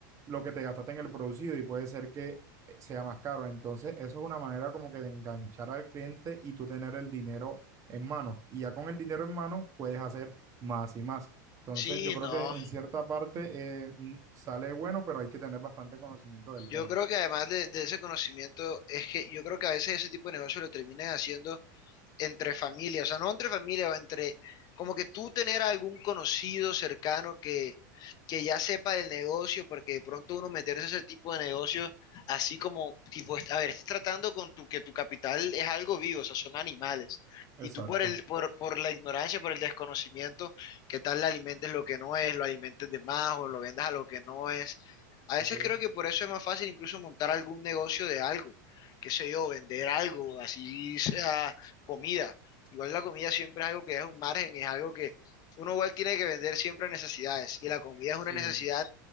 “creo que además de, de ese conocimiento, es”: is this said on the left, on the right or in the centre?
Left